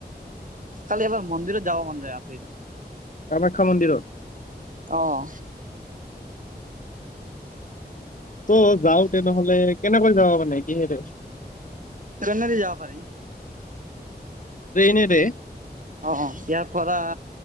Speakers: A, on the right; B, on the left.
A: কালি এবাৰ মন্দিৰো যাব মান আছিল।
B: কামাখ্যা মন্দিৰত?
A: অহ।
B: ত' যাওঁতে নেহ'লে কেনেকৈ যাওঁ মানে কিহেৰে?
A: ট্ৰেইনে দি যাব পাৰি।
B: ট্ৰেইনেৰে?
A: অ', অ' ইয়াৰ পৰা